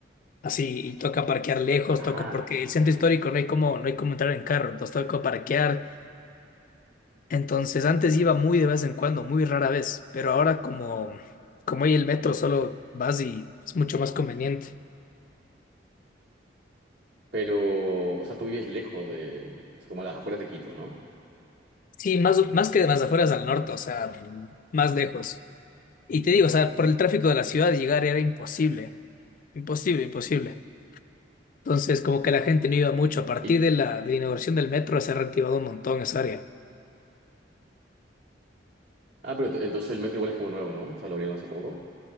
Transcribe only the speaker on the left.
así, y toca parquear lejos,
toca, porque el centro histórico no hay como, no hay como entrar en carro, entonces toca parquear. Entonces antes iba muy de vez en cuando, muy rara vez, pero ahora como, como hay el metro, solo vas y es mucho más conveniente.
Sí, más, más que de las afueras al norte, o sea, más lejos. Y te digo, o sea, por el tráfico de la ciudad llegar era imposible, imposible, imposible. Entonces, como que la gente no iba mucho. A partir
de la, de la inauguración del metro se ha reactivado un montón esa área.